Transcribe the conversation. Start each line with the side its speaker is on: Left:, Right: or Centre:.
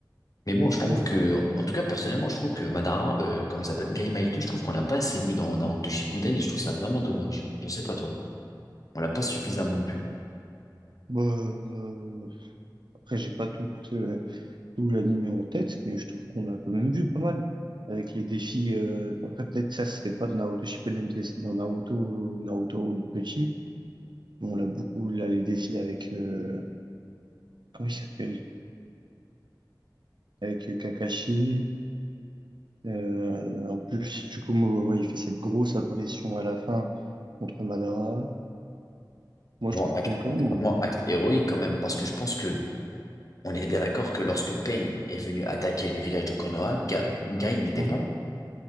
Left: Mais bon, je trouve
Right: Mais,
Left: que, en tout cas, personnellement, je trouve que Madara, euh, comment il s'appelle, Gai je trouve qu'on l'a pas assez vu dans Naruto Shippuden et je trouve ça vraiment dommage. Je sais pas toi. On l'a pas suffisamment vu.
Right: Bah, euh, après, j'ai pas tout, euh, tout l'anime en tête, mais je trouve qu'on l'a quand même vu pas mal. Avec les défis, euh, après, peut-être ça, c'était pas dans Naruto Shippuden, peut-être c'était dans Naruto, Naruto petit. Mais on l'a beaucoup, là, les défis avec, euh, comment il s'appelle? Avec euh, Kakashi. Euh, en plus, du coup, moi, ouais, il fait cette grosse apparition à la fin contre Madara. Moi,
Left: Genre,
Right: je trouve
Left: acte,
Right: que quand même, on-
Left: franchement, acte héroïque quand même, parce que je pense que on est bien d'accord que lorsque Pain est venu attaquer le village de Konoha, Ga- Gai n'était
Right: hein,
Left: pas là.